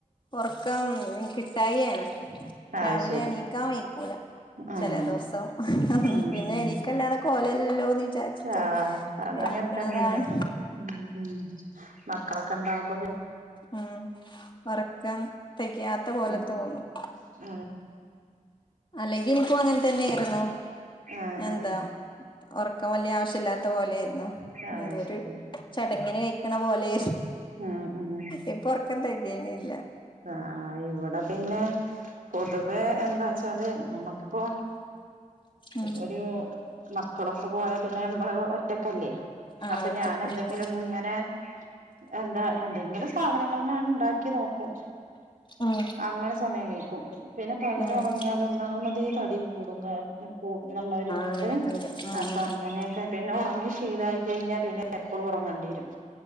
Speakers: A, on the left (about 35°); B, on the right (about 75°).
A: ഉറക്കം കി ട്ടായെ ആണ് ആണ്
B: അത്
A: രാവിലെ
B: ശരി
A: എണീക്കാ വൈ ക്കൂല
B: ആഹ്
A: ചില ദിവസം
B: ഉം
A: പിന്നെ
B: ഉം
A: എനിക്കല്ലാതെ കോല ഇ ല്ലല്ലോ ന്ന് വിചാരിച്ചിട്ട്
B: ആഹ് അതങ്ങനെ
A: എണീക്കണതാണ്.
B: തന്നെയല്ലേ ഉം ഉം മക്കള ക്കണ്ടാവുമ്പോ പി
A: ഉം ഉറക്കം തികയാത്ത പോലെ
B: ഉം
A: തോന്നും
B: ഉം
A: അല്ലെങ്കിൽ ഇനിപ്പോ അങ്ങനെ തന്നെയാരുന്നു
B: ആഹ്
A: എന്താ
B: ആഹ്
A: ഒറക്ക ക്കം വലിയ ആവശ്യല്ലാത്ത പോലെയാര് ന്നു
B: അത്
A: ഇതൊരു
B: ശരി
A: ച എങ്ങനെ കഴിക്കണ പോലെ
B: ഉം ഉം
A: ഇപ്പൊ ഉർക്കം തികയണില്ല
B: ആഹ് ഇവിടെ പിന്നെ പൊതുവെ എന്താ ച്ചാല് നമ്മക്ക് അപ്പൊ
A: ഉം
B: ഒരു മക്കളൊക്കെ പോയാ പിന്നെ നമ്മള് ഒറ്റക്കല്ലേ
A: ആഹ്
B: അപ്പൊ
A: ഒറ്റക്കിരിക്കാ
B: ഞാൻ എന്തെങ്കിലും ഇങ്ങനെ എന്താ എന്തെങ്കിലും സാധനങ്ങൾ ഞാൻ ഉണ്ടാക്കി നോക്കും.
A: ഉം ഉം
B: അങ്ങനെ സമയം കഴിക്കും പിന്നെ പകല്
A: ആഹ്
B: ഉറങ്ങിയാല് ഒന്നാമ ത് തടി കൂടും കാ കൂടുന്നുള്ളവര് ഇതുകൊണ്ട്
A: അങ്ങനൊക്കെ ഉണ്ട് ഉം
B: അപ്പൊ
A: ഉം
B: അങ്ങനെയൊക്കെ പിന്നെ ഉറങ്ങി ശീലായി കഴിഞ്ഞാ പിന്നെ എപ്പോളും ഉറങ്ങേണ്ടി വരും